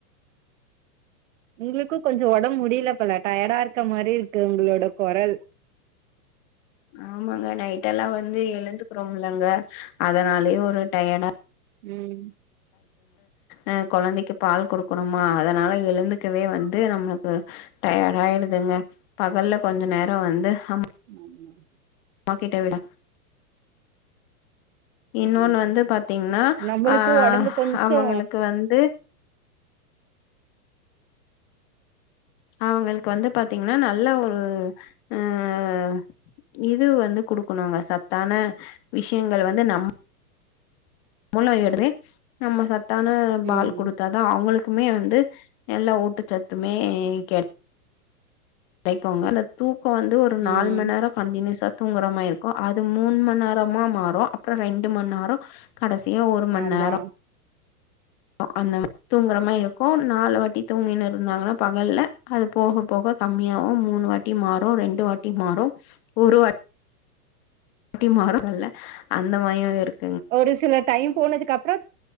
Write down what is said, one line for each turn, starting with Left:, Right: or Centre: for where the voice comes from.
Right: உங்களுக்கு கொஞ்சோ ஒடம்பு முடியலப் போல டயர்டா இருக்க மாரி இருக்கு உங்களோட கொரல்
Left: ஆமாங்க நைட் எல்லா வந்து எழுந்துக்குிறோம்லங்க அதனாலயே ஒரு டயர்டா
Right: உம்
Left: அஹ் கொழந்தைக்கு பால் கொடுக்கணுமா அதனால எழுந்துக்கவே வந்து நம்மளுக்கு டயர்ட் ஆயிடுதுங்க பகல்ல கொஞ்ச நேரம் வந்து அம்
Right: உம் உம்
Left: க்கட்ட விட இன்னொன்னு
Right: ம்
Left: வந்து பாத்தீங்கன்னா
Right: நம்மளுக்கு
Left: அஹ்
Right: ஒடம்பு கொஞ்சோ
Left: அவங்களுக்கு வந்து அவங்களுக்கு வந்து பாத்தீங்கன்னா நல்ல ஒரு அஹ் இது வந்து குடுக்கணும்ங்க சத்தான விஷயங்கள் வந்து நம் முன்ன ஏடுவே நம்ம சத் தான பால்
Right: ம்
Left: கொடுத்தாதா அவங்களுக்கு க்குமே வந்து எல்லா ஊட்டுச்சத்துமே க கிடைக்குங்க இல்ல தூக் இப்ப வந்து ஒரு நால்
Right: ம்
Left: மணி நேரம் கண்டியூஸ்ஸா தூங்குற மா இருக்கும் அது மூணு மணி நேரமா மாறும் அப்புறம் ரெண்டு மணி நேரம் கடைசி ஒரு மணி
Right: ஆமா
Left: நேரம் அந்த தூங்குற மாரி இருக்கும் நாலு வாட்டி தூங்கின்னு இருந்தாங்கன்னா பகல்ல அது போக போக கம்மியாவும் மூணு வாட்டி மாறும் ரெண்டு வாட்டி மாறும் ஒரு வாட்டி ட்டி மாறும்ல்ல அந்த மாதிரியும் இருக்கு
Right: ஒரு சில டைம் போனதுக்கு அப்புறம்